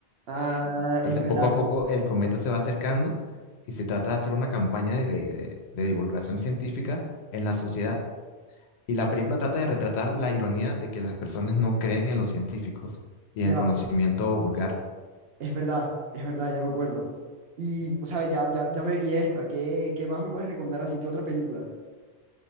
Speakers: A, on the right; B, on the left.
A: Ah,
B: Entonces
A: es verdad,
B: poco a poco el cometa se va acercando y se trata de hacer una campaña de, de, de de divulgación científica en la sociedad. Y la película trata de retratar la ironía de que las personas no creen en los científicos y
A: ya,
B: en el conocimiento vulgar.
A: es verdad, es verdad, ya me acuerdo. Y, o sea, ya, ya, ya me vi esta. ¿Qué, qué más me puedes recomendar así? ¿Qué otra película?